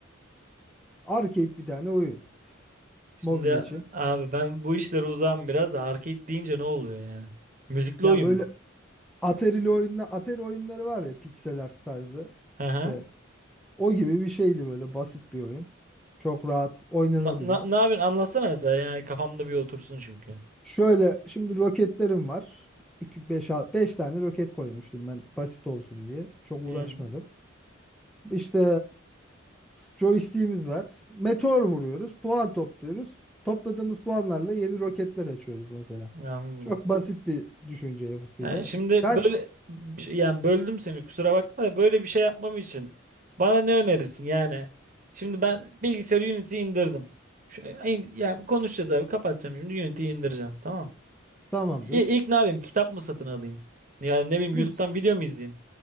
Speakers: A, in the centre; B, on the right (about 40°).
A: Arcade bir tane oyun.
B: Şimdi
A: Mobil için.
B: abi ben bu işlere uzağım biraz. Arcade deyince ne oluyor yani? Müzikli
A: Ya
B: oyun
A: böyle
B: mu?
A: Atari'li oyunla Atari oyunları var ya pixel art tarzı.
B: Hı
A: İşte
B: hı.
A: o gibi bir şeydi böyle basit bir oyun. Çok rahat oynanabilir.
B: Na, na, ne yapıyorsun? Anlatsana mesela. Yani kafamda bir otursun çünkü.
A: Şöyle şimdi roketlerim var. 2 5 5 tane roket koymuştum ben basit olsun diye. Çok uğraşmadım.
B: Hı.
A: İşte Joystick'imiz var. Meteor vuruyoruz. Puan topluyoruz. Topladığımız puanlarla yeni roketler açıyoruz mesela.
B: Anladım.
A: Çok basit bir düşünce yapısıyla.
B: Yani şimdi
A: Sen
B: böyle yani böldüm seni kusura bakma da böyle bir şey yapmam için bana ne önerirsin yani? Şimdi ben bilgisayarı Unity'yi indirdim. Şu, in- yani konuşacağız abi kapatacağım şimdi Unity'yi indireceğim tamam.
A: tamamdır.
B: İ- İlk ne yapayım? Kitap mı satın alayım? Yani ne bileyim YouTube'dan
A: Hiç
B: video mu izleyeyim?